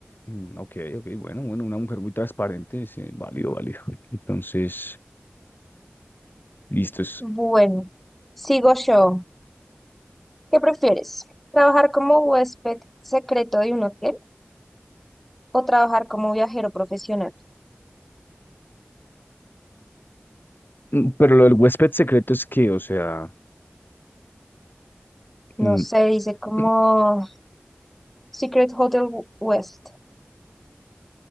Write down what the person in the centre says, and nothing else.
Bueno, sigo yo. ¿Qué prefieres? ¿Trabajar como huésped secreto de un hotel? o trabajar como viajero profesional.
No
sé, dice como
Secret Hotel West,